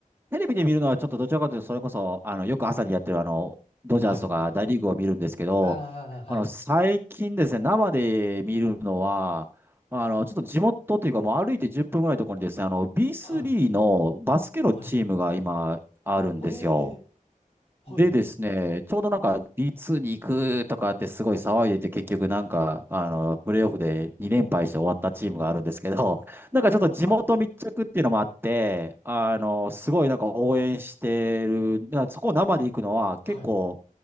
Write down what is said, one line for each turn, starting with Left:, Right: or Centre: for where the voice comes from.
Right: テレビで見るのはちょっとどちらかというと、それこそ、あの、よく朝にやってるあの、ドジャースとか大リーグを見るんですけど、
Left: はい。ああ、はい。
Right: あの、最近ですね、生で見るのは、あの、ちょっと地元というか、もう歩いて10分ぐらいのところにですね、あの、B3
Left: はい。
Right: のバスケのチームが今あるんですよ。
Left: はい。はえはい。
Right: でですね、ちょうどなんか B2 に行くとかってすごい騒いでて結局なんか、あの、プレイオフで2連敗して終わったチームがあるんですけど、<laughs> なんかちょっと地元密着っていうのもあって、
Left: あ、
Right: あの、すごいなんか応援してる、だからそこを生で行くのは結構、
Left: はい。